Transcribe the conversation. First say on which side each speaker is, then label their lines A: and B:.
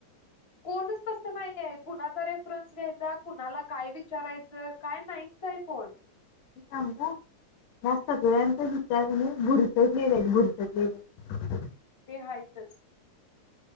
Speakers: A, on the left (about 20°); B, on the left (about 80°).
A: कोणच तस नाहीयाय. कुणाचा रेफरन्स घ्यायचा, कुणाला काय विचारायचं काय नाहीचाय कोण.
B: सांगू या सगळ्यांचे विचार ना बुरसटलेलेत, बुरसटलेले.
A: ते हाईतच.